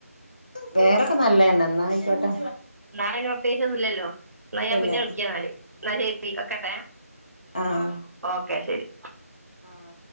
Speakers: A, on the left (about 30°); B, on the right (about 75°).
A: വേറൊക്കെ നല്ലതന്നെ എന്നാ ആയിക്കോട്ടെ
B: എന്നാെ പ്രത്യേകിച്ച ഒന്ന ഇല്ലല്ലോ എന്നാ
A: ഇല്ലല്ല
B: ഞാൻ പിന്നെ വിളിക്കിയ എന്നാല് എന്നാൽ ശരി ഒക്കട്ടെ
A: ആഹ്
B: ഓക്കെ ശരി
A: ആഹ്